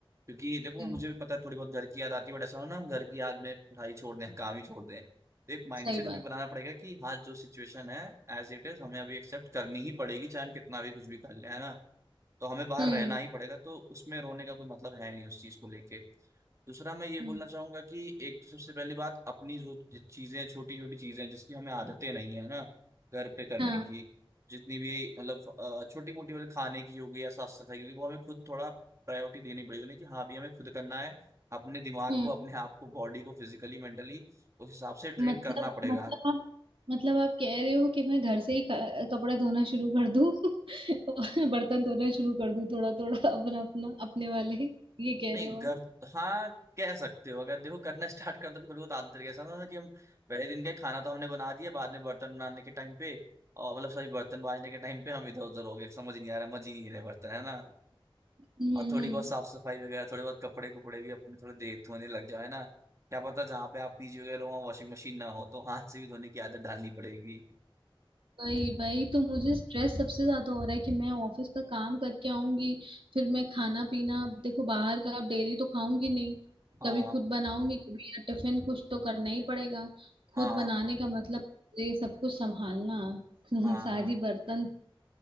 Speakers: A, on the right; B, on the right.
A: क्योंकि देखो
B: हम्म,
A: मुझे भी पता है थोड़ी बहुत घर की याद आती है बट ऐसा हो ना हम घर की याद में पढ़ाई छोड़ दें काम ही छोड़ दें तो एक माइंडसेट
B: सही बात
A: हमें बनाना पड़ेगा कि हाँ जो सिचुएशन है एज इट इज हमें अभी एक्सेप्ट करनी ही पड़ेगी चाहे हम कितना भी कुछ भी कर लें है ना तो हमें बाहर
B: हम्म
A: रहना ही पड़ेगा तो उसमें रोने का कोई मतलब है नहीं उस चीज को लेके दूसरा मैं ये बोलना
B: हम्म
A: चाहूंगा कि एक तो सबसे पहली बात अपनी जो चीजें छोटी छोटी चीजें जिसकी हमें आदतें नहीं है ना घर पे करने
B: हाँ
A: की जितनी भी मतलब छोटी मोटी मतलब खाने की हो गई या साफ सफाई क्योंकि वो हमें खुद थोड़ा प्रायोरिटी देनी पड़ी उन्हें कि हाँ भी हमें खुद करना है अपने दिमाग
B: हम्म।
A: को अपने आप को बॉडी को फिजिकली मेंटली उस हिसाब से ट्रेन
B: मतलब
A: करना पड़ेगा
B: मतलब आप मतलब आप कह रहे हो कि मैं घर से ही क- कपड़े धोना शुरू कर दूं <laughs> और बर्तन धोना शुरू कर दूं थोड़ा थोड़ा अपना अपना <laughs> अपने वाले ये कह
A: नहीं
B: रहे हो
A: घर
B: आप
A: हाँ कह सकते हो अगर देखो करना स्टार्ट कर दो तो थोड़ी बहुत आदत तरीके से ना कि हम पहले दिन के खाना तो हमने बना दिया बाद में बर्तन बनाने के टाइम पे और मतलब सॉरी बर्तन बाजने के टाइम पे हम इधर उधर हो गए समझ ही नहीं आ रहा मजे ही नहीं रहे बर्तन है ना
B: हम्म
A: और
B: हम्म
A: थोड़ी
B: हम्म।
A: बहुत साफ सफाई वगैरह थोड़ी बहुत कपड़े कुपड़े भी अपने थोड़े देर धोने लग जाओ है ना क्या पता जहाँ पे आप पीजी वगैरह लो वहाँ वॉशिंग मशीन ना हो तो हाथ से भी धोने की आदत डालनी पड़ेगी
B: वही
A: तो
B: वही तो मुझे स्ट्रेस सबसे ज्यादा हो रहा है कि मैं ऑफिस का काम करके आऊंगी फिर मैं खाना पीना अब देखो बाहर का अब डेली तो खाऊंगी नहीं
A: हाँ
B: कभी खुद बनाऊंगी कभी या टिफिन कुछ तो करना ही पड़ेगा खुद
A: हाँ
B: बनाने का मतलब तो ये सब कुछ संभालना
A: हाँ
B: <laughs> सारी बर्तन